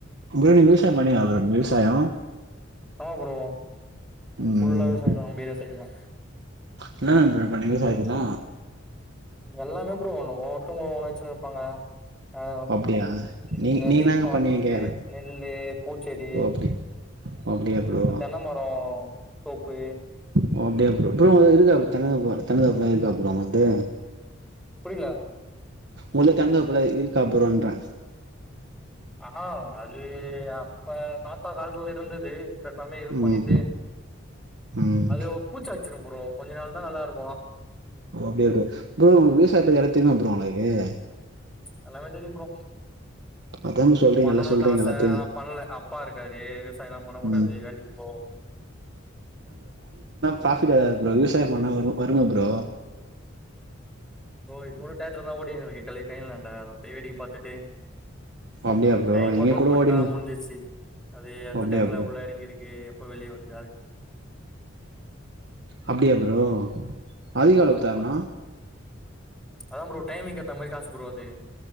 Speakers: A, on the right; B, in the centre.
A: இங்கேயே விவசாயம் பண்ணியா ப்ரோ விவசாயம்
B: ஆமா ப்ரோ
A: ம்
B: ஃபுல்லா விவசாயம் நம்மோட சைடெல்லா
A: என்னென்ன ப்ரோ பண்ணிங்க விவசாயத்துல
B: எல்லாமே ப்ரோ ஒவ்வொருத்தவக ஒன்னு ஒன்னு வச்சு இருப்பாங்க ஹா
A: அப்டியா
B: இந்த
A: நீங்க நீங்க
B: மீன்
A: என்னங்க
B: பார்மிங்
A: பண்ணீங்க கேக்குறே
B: நெல்லு பூச்செடி
A: ஓ அப்டி அப்டியா ப்ரோ
B: இந்த தென்ன மரோ தோப்பு
A: ஓ அப்டியா ப்ரோ ப்ரோ இருங்க தென்ன மரம் தென்ன தோப்பெல்லாம் இருக்கா ப்ரோ உங்க வீட்டு
B: புரியல
A: உன்கிட்ட தென்னந்தோப்பு எல்லா இருக்கா ப்ரோன்ற
B: ஹா அது அப்ப தாத்தா காலத்தல இருந்தது இப்ப எல்லாமே இது பண்ணிட்டு
A: ம் ம்
B: அது பூச்சா வச்சிரும் ப்ரோ கொஞ்ச நாள் தா நல்லாருக்கும்
A: அப்டி இரு ப்ரோ விவசாயத்துல எல்லா தெரியுமா ப்ரோ ஏ.
B: ம்ச் எல்லாமே தெரியும் ப்ரோ.
A: அதா ப்ரோ சொல்றீங்க
B: பண்ணணும்ட்டு
A: எல்லா சொல்றீங்க
B: ஆச
A: எல்லாத்தையு
B: ஆனா பண்ணல அப்பா இருக்காரு விவசாயம் எல்லா பண்ணக்கூடாது
A: ம்
B: வேலைக்கு போ.
A: பிராபிட் வராது ப்ரோ விவசாயம் பண்ணா வரு வருங்க ப்ரோ.
B: ப்ரோ இப்ப கூட <unintelligible> அப்டியே வேடிக்க பாத்துட்டு.
A: அப்டியா ப்ரோ
B: டைம்
A: எங்க
B: மட்டும் நோட்
A: கூட
B: பண்ட்டா
A: ஓடினு
B: முடிஞ்சிச்சு. அது எந்த
A: ஓ அப்டியா
B: டைம்ல
A: ப்ரோ
B: உள்ள எறங்கிருக்கு. எப்ப வெளியவருது.
A: அப்டியா ப்ரோ அதிகளவு
B: ம் அத
A: தரணு.
B: பாத்து அதா ப்ரோ டைமிங் கேத்த மாரி. காசு ப்ரோ அது.